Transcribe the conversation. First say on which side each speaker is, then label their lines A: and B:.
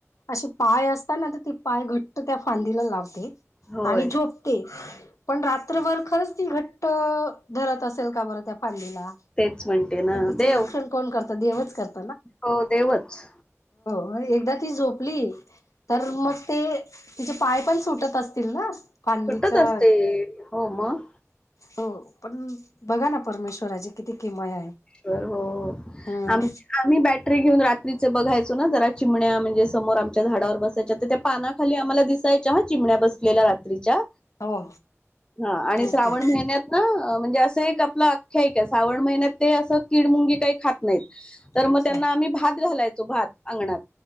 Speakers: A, on the left; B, on the left.
A: असे पाय असता ना तर ती पाय घट्ट त्या फांदीला लावते.
B: होय
A: आणि झोपते पण रात रात्रभर खरंच ती घट्ट अं धरत असेल का बरं त्या फांदीला.
B: तेच म्हणते ना
A: मग तिचे
B: देव
A: रक्षण कोण करत देवच करत
B: हो देवच.
A: मग एकदा ती झोपली तर मग ते तिचे पाय पण सुटत असतील ना. फांदीच्या
B: सुटत असतील. हो मग
A: हो पण बघा ना परमेश्वराची किती किमया आहे
B: हो हो
A: हम्म
B: आम-आम्ही बॅटरी घेऊन रात्र बघायचो ना जरा चिमण्या म्हणजे समोर आमच्या झाडावर बसायच्या तर त्या पानाखाली आम्हाला दिस ह चिमण्या बसलेल्या रात्रीच्या.
A: हो
B: हा आणि
A: ह
B: श्रावण
A: ह
B: महिन्यात ना म्हणजे असं एक आपलं अख्याका आहे. श्रावण महिन्यात ते असं कीड मुंगी काही खात नाहीत. तर मग
A: अच्छा
B: त्यांना आम्ही भात घालायचो भात. अंगणात.